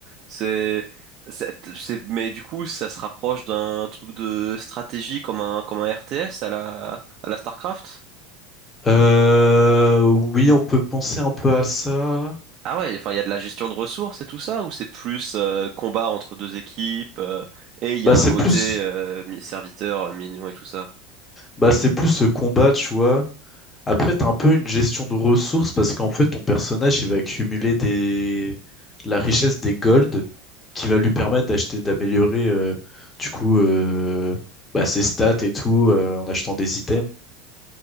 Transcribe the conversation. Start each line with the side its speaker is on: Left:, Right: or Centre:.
Right: c'est, c'est, c'est- mais du coup, ça se rapproche d'un truc de stratégie comme un, comme un RTS à la, à la StarCraft?
Left: Euh, oui, on peut penser un peu à ça.
Right: Ah ouais, enfin, il y a de la gestion de ressources et tout ça, ou c'est plus euh, combat entre deux équipes, euh, et il y
Left: Bah,
Right: a un
Left: c'est
Right: côté
Left: plus,
Right: euh, mi- serviteur, euh, mignon et tout ça?
Left: bah, c'est plus ce combat, tu vois. Après, t'as un peu une gestion de ressources parce qu'en fait, ton personnage, il va accumuler des... de la richesse des gold qui va lui permettre d'acheter, d'améliorer, euh, du coup, euh, bah, ses stats et tout, euh, en achetant des items.